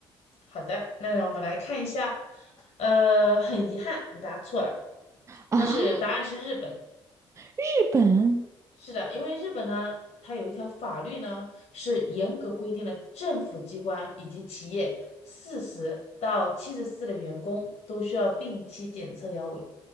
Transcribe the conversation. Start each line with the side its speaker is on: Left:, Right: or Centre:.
Left: 好的，那让我们来看一下。呃，很遗憾，你答错了，
Right: 啊，
Left: 它是答案是日本。
Right: 日本，
Left: 是的，因为日本呢，它有一条法律呢，是严格规定了政府机关以及企业四十到七十四的员工都需要定期检测腰围。